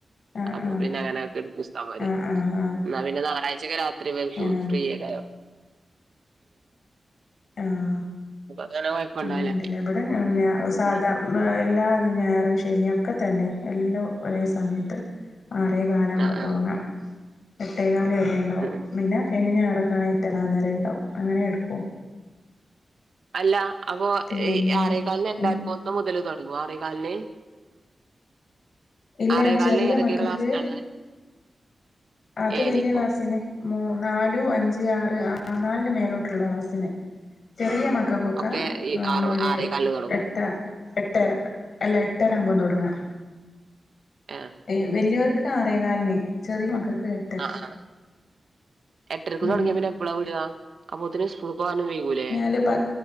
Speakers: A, on the left; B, on the right.
A: ആഹ്
B: അപ്പൊ
A: ആഹ്
B: പിന്നെ അങ്ങനക്കെട്ക്കും ഉസ്താമാര്
A: ആഹ് ആഹ്
B: ന്നാ പിന്നെ ഞാറാഴ്ചക്കെ രാത്രി ഇവല്ക്ക്
A: ആഹ് ആഹ്
B: ഫ്രീയേക്കാരം
A: ആഹ്
B: അപ്പൊ അങ്ങനെ കൊഴപ്പണ്ടാവില്ല
A: ആഹ് ഇണ്ടില്ലേ ഇവടെ ഞാ ഞാ സാധാ
B: ഉം
A: ബ എല്ലാതും ഞായറും ശനിയൊക്കെ തന്നെ എല്ലോ ഒരേ സമയത്ത് ആറേ കാലാവുമ്പം
B: ആ ആ
A: തൊടങ്ങാ
B: ഉം
A: എട്ടേകാൽ വരെ ഇണ്ടാവും
B: ഉം.
A: പിന്നെ ശനിം ഞായറൊക്കെ ആണെ എട്ടേകാൽ വരെ ഇണ്ടാവും അങ്ങനെ എടുക്കു
B: അല്ല അപ്പൊ
A: പിന്നെ
B: ഏയ് ആറേക്കാല്ന്
A: ഉം
B: എല്ലാർക്കും ഒന്ന് മുതൽ തൊടങ്ങൊ ആറേക്കാല്ന്
A: ഇല്ല
B: ആറേകാലിന്
A: ചെറിയ
B: ഏതൊക്കെ
A: മക്കക്ക്
B: ക്ലാസ്സിലാ ഉള്ളെ
A: അത്
B: ഏനിക്കോ
A: വല്ല്യ ക്ലാസിന് മു നാലു, അഞ്ച്, ആറ് ആഹ് നാലിന് മേലോട്ടുള്ള ക്ലാസിന് ചെറിയ മക്കള്ക്കൊക്കാ
B: ഒക്കെ ഈ
A: ആഹ്
B: ആറ്
A: ഒരു
B: ആറേകാലിന് തുടങ്ങും
A: എട്ട എട്ടര അല്ല എട്ടര ആവുമ്പം തൊടങ്ങാ
B: ഏഹ്
A: ഏഹ് വെല്ല്യോര്ക്ക് ആറേ കാല്ന് ചെറിയ മക്കള്ക്ക് എ
B: ആഹ് ആഹ് എട്ടര്ക്ക്
A: ഉം
B: തൊട്ങ്ങ്യാ പിന്നെ എപ്പളാ വിടാ? അപ്പോത്തിന് സ്കൂള്ക്കോവാന് വൈകൂലേ
A: ല്ല പ